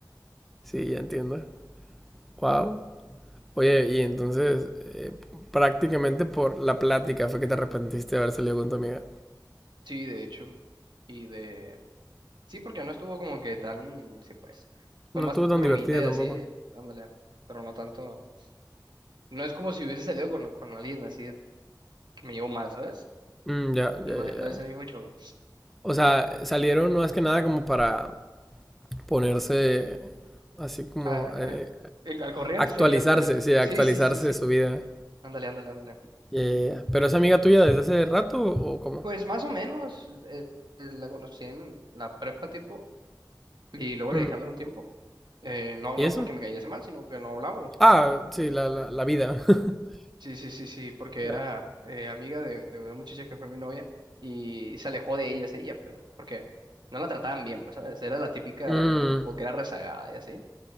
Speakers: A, in the centre; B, on the right.
A: Sí, ya entiendo. Wow. Oye, y entonces, eh, prácticamente por la plática fue que te arrepentiste de haber salido con tu amiga.
B: Sí, de hecho. Y de. Sí, porque no estuvo como que tan. Sí, pues. Fue
A: No
B: más
A: estuvo tan
B: bromita
A: divertida
B: y así.
A: tampoco.
B: Ándale. Pero no tanto. No es como si hubiese salido con, con alguien así de- que me llevó más, ¿sabes?
A: Mm, ya,
B: No,
A: ya, ya. ya.
B: no es el mismo show.
A: O sea, salieron más que nada como para ponerse así como
B: Ah,
A: eh,
B: al, al- al corriente
A: actualizarse,
B: sería, pues.
A: sí, actualizarse
B: Sí, sí, sí, sí.
A: de su vida.
B: Ándale, ándale, ándale.
A: Yeah, yeah, yeah. Pero es amiga tuya desde hace rato o cómo?
B: Pues más o menos, eh, eh, la conocí en la prepa tipo, y luego
A: Mm,
B: le dejé hablar un tiempo. Eh, no,
A: ¿Y
B: no
A: eso?
B: porque me cayese mal, sino que no hablábamos, pues.
A: Ah, sí, la, la, la vida. <laughs>
B: Sí, sí, sí, sí, porque
A: Ya.
B: era eh, amiga de, de una muchacha que fue mi novia y se alejó de ellas, ella, pues, porque no la trataban bien, pues, ¿sabes? Era la típica
A: Mm,
B: del grupo que era rezagada y así.